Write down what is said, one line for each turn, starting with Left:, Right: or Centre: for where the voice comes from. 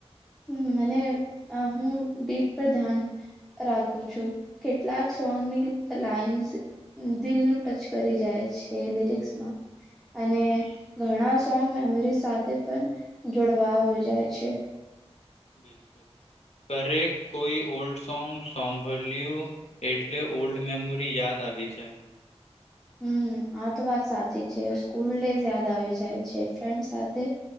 Centre: હમ્મ મને અહ હું બીટ પર ધ્યાન રાખું છું. કેટલાક સોંગની લાઈન્સ દિલ નું ટચ કરી જાય છે લીરીકસમાં. અને
Left: હમ
Centre: ઘણા સોંગ મેમરી સાથે પણ જોડવા હો જાય છે.
Left: બિલકુલ કરે કોઈ ઓલ્ડ સોંગ સોંગ વલ્યુ એટલે ઓલ્ડ મેમોરી યાદ આવી જાય.
Centre: હમ્મ આ તો વાત સાચી છે. સ્કૂલ ડેઝ યાદ આવી જાય છે. ફ્રેન્ડ સાથે